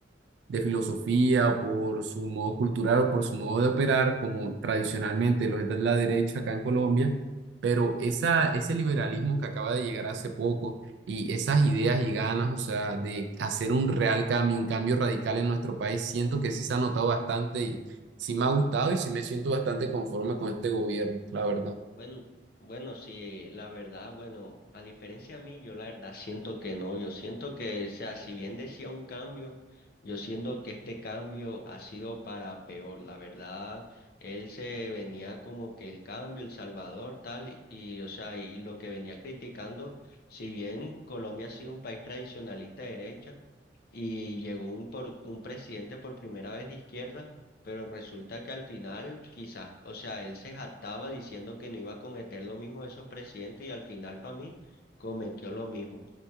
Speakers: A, on the right; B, on the left.
A: de filosofía o por su modo cultural o por su modo de operar, como tradicionalmente lo es la derecha acá en Colombia, pero esa, ese liberalismo que acaba de llegar hace poco y esas ideas y ganas, o sea, de hacer un real cambio, un cambio radical en nuestro país, siento que sí se ha notado bastante y sí me ha gustado y sí me siento bastante conforme con este gobierno, la verdad.
B: Bueno, bueno, sí, la verdad, bueno, a diferencia a mí, yo la verdad siento que no, yo siento que, o sea, si bien decía un cambio, yo siento que este cambio ha sido para peor, la verdad, él se venía como que el cambio, El Salvador, tal, y, y, o sea, y lo que venía criticando, si bien Colombia ha sido un país tradicionalista de derecha y llegó un, por, un presidente por primera vez de izquierda, pero resulta que al final, quizás, o sea, él se jactaba diciendo que no iba a cometer lo mismo de esos presidentes y al final para mí cometió lo mismo.